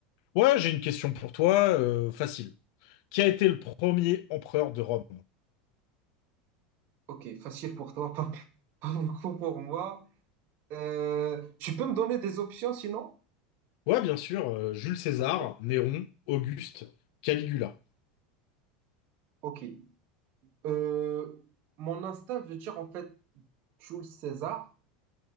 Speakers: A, on the left; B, on the right.
A: Ouais, j'ai une question pour toi, euh, facile. Qui a été le premier empereur de Rome?
B: Ok, facile pour toi, <laughs> pas, pas beaucoup pour moi. Euh, tu peux me donner des options sinon?
A: Ouais, bien sûr, euh, Jules César,
B: Ok.
A: Néron, Auguste, Caligula.
B: Ok. Euh, mon instinct veut dire en fait Jules César,